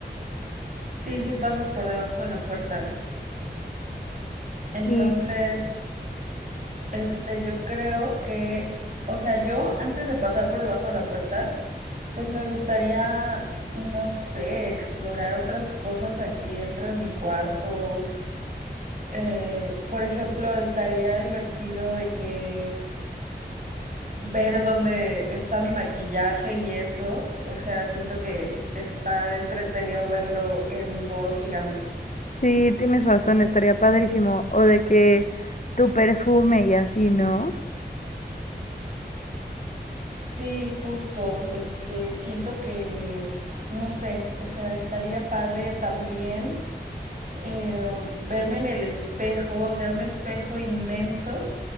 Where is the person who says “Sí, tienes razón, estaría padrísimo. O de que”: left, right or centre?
Left